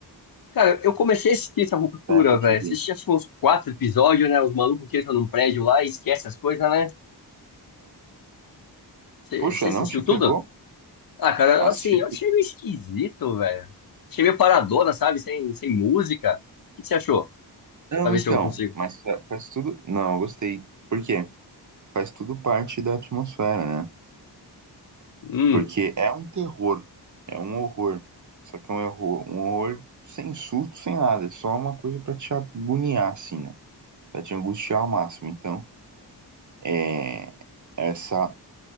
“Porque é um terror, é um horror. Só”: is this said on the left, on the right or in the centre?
Right